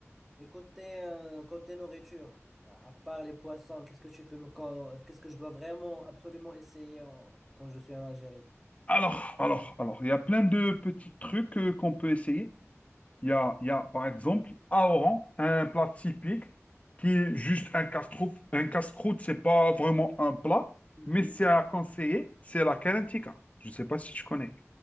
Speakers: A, in the centre; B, on the left (about 30°).
A: et côté euh, côté nourriture à à part les poissons qu'est-ce que tu peux me co- qu'est-ce que je dois vraiment absolument essayer en- quand je suis en Algérie
B: Alors, alors, alors, il y a plein de petits trucs euh, qu'on peut essayer. Il y a, il y a, par exemple, à Oran, un plat typique qui est juste un casse-croûte. Un casse-croûte, c'est pas vraiment un plat,
A: Mhm.
B: mais c'est à conseiller. C'est la kalantika. Je ne sais pas si tu connais.